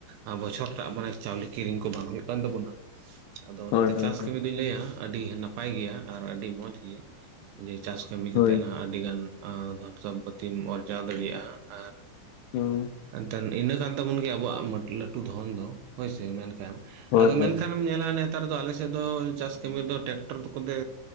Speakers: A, on the right; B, on the left.
A: ᱟ ᱵᱚᱪᱷᱚᱨ ᱴᱟᱜ ᱢᱟᱱᱮ ᱪᱟᱣᱞᱮ ᱠᱤᱨᱤᱧ ᱠᱚ ᱵᱟᱝ ᱦᱩᱭᱩᱜ ᱠᱟᱱ ᱛᱟᱵᱚᱱᱟ᱾ ᱟᱫᱚ ᱚᱱᱟᱛᱮ
B: ᱦᱳᱭ ᱦᱳᱭ
A: ᱪᱟᱥ ᱠᱟᱹᱢᱤ ᱫᱚᱩᱧ ᱞᱟᱹᱭᱟ ᱟᱹᱰᱤ ᱱᱟᱯᱟᱭ ᱜᱮᱭᱟ ᱟᱨ ᱟᱹᱰᱤ ᱢᱚᱸᱡᱽ ᱜᱮᱭᱟ᱾ ᱡᱮ ᱪᱟᱥ ᱠᱟᱹᱢᱤ
B: ᱦᱳᱭ
A: ᱠᱟᱛᱮᱫ ᱱᱟᱦᱟᱸᱜ ᱟᱹᱰᱤᱜᱟᱱ ᱟᱸ ᱫᱷᱚᱱ ᱥᱚᱢᱯᱚᱛᱤᱢ ᱟᱨᱡᱟᱣ ᱫᱟᱲᱮᱭᱟᱼᱟ ᱟᱨ
B: ᱦᱳᱭ
A: ᱮᱱᱛᱮᱱ ᱤᱱᱟᱹ ᱠᱟᱱ ᱛᱟᱵᱚᱱ ᱜᱮᱭᱟ ᱟᱵᱚᱣᱟᱜ ᱢᱟᱴᱤ ᱞᱟᱹᱴᱩ ᱫᱷᱚᱱ ᱫᱚ ᱦᱳᱭᱥᱮ ᱢᱮᱱᱠᱷᱟᱱ
B: ᱦᱳᱭ
A: ᱟᱫᱚ ᱢᱮᱱᱠᱷᱟᱱᱮᱢ ᱧᱮᱞᱟ ᱱᱮᱛᱟᱨ ᱫᱚ ᱟᱞᱮ ᱥᱮᱜ ᱫᱚ ᱪᱟᱥ ᱠᱟᱹᱢᱤ ᱫᱚ ᱴᱮᱠᱴᱚᱨ ᱠᱚᱛᱮ